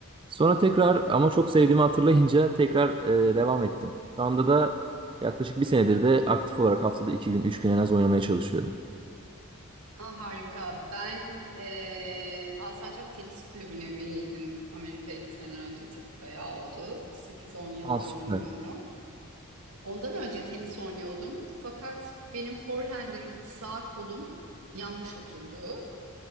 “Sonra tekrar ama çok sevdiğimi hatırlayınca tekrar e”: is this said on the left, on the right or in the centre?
Right